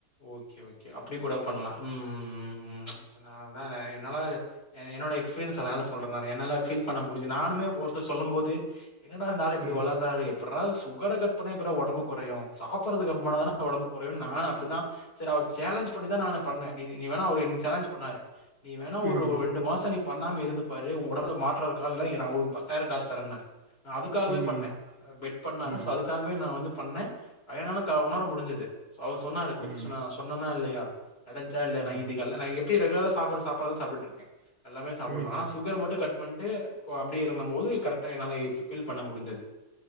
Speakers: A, on the left; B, on the right.
A: ஓகே ஓகே அப்டி கூட பண்லா ம் ம் ம் உம் ம் ம் ச் என்னான என்னதா இது எ என்னோட எக்ஸ்ஃபீரியன்ஸ் அதனால சொல்ற நானு என்னால ஃபீல் பண்ண முடிஞ்சு நானுமே ஒருத்தர் சொல்லும் போது என்னடா இந்தாலு இப்டி
B: ம்
A: வொளர்றாரு எப்புட்றா சுகர‌ கட் பண்ணா எப்புட்றா ஒடம்பு கொறையு சாப் ப்பரது கம்ப் பண்ணா தான ஒடம்பு கொறையு நானு அப்டித்தா சரி அவர் சேலஞ்ச் பண்ணிதான் நானே பண்ணே நீ நீ வேணா அவரு எனக் சேலஞ்ச் பண்ணாரு நீ வேணா ஒரு
B: ம்
A: ரெண்டு மாசொ நீ பண்ணாம இரு ந்து பாரு ஓ ஒடம்பல மாற்றோ ருக்கா இல்லனா எ நா ஒனக்கு பத்தாயிரம் காசு தரேன்னாரு நா அதுக்காகவே
B: ம்
A: பண்ணே அ பெட் பண்ணாரு
B: ம்
A: சோ அதுக்காகவே நா வந்து பண்ணே அதே என்னால க உணர முடிஞ்சுது அவரு சொன்னா சொன்ன
B: ம்
A: சொன்னனா இல்லயா நடஞ்சா இல்லயா
B: ம்
A: நா இதுகெல்லா நா எப்பி ரெகுலரா சாப்பாடு சாப்பாடுதா சாப்ட்டுட்டு இருக்கே எல்லாமே சாப்புடுவே
B: ம்
A: ஆன சுகர் மட்டு கட் பண் டு கோ அப்டி இருந்தம் போது கரெக்டா என்னால ஃபில் பண்ண முடிஞ்சது